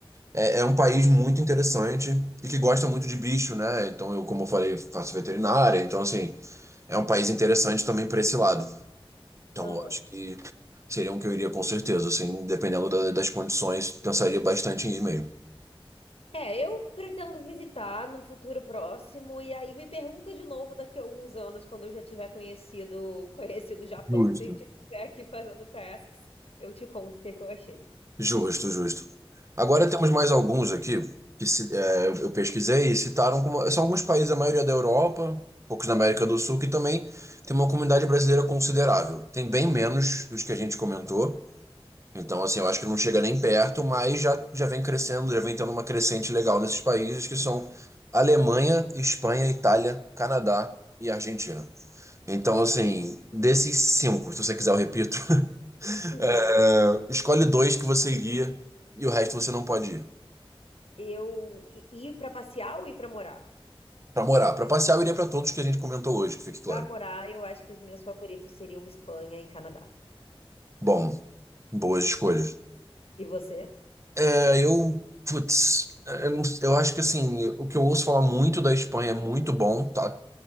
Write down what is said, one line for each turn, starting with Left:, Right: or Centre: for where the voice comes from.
Right: é, é um país muito interessante e que gosta muito de bicho, né? Então eu, como eu falei, faço veterinária, então assim, é um país interessante também para esse lado. Então
Left: Aham.
Right: eu acho que seria um que eu iria com certeza, assim, dependendo da- das condições, pensaria bastante em ir mesmo.
Left: É, eu pretendo visitar num futuro próximo e aí me pergunta de novo daqui a alguns anos quando eu já tiver conhecido conhecido o Japão,
Right: Justo.
Left: se a gente estiver aqui fazendo tasks, eu te conto o que que eu achei.
Right: Justo, justo. Agora temos mais alguns aqui que se- é, eu eu pesquisei e citaram como são alguns países, a maioria é da Europa, poucos da América do Sul, que também tem uma comunidade brasileira considerável. Tem bem menos dos que a gente comentou. Então, assim, eu acho que não chega nem perto, mas já, já vem crescendo, já vem tendo uma crescente legal nesses países que são Alemanha, Espanha, Itália, Canadá e Argentina. Então, assim, desses cinco, se você quiser eu repito, <laughs>
Left: Uhum.
Right: é, escolhe dois que você iria e o resto você não pode ir.
Left: Eu e- ir para passear ou ir para morar?
Right: Pra morar. Pra passear, eu iria pra todos que a gente comentou hoje, que fique claro.
Left: Pra morar, eu acho que os meus favoritos seriam Espanha e Canadá.
Right: Bom, boas escolhas.
Left: E você?
Right: É, eu, putz, é, eu, não- eu acho que assim, o que eu ouço falar muito da Espanha é muito bom, tá?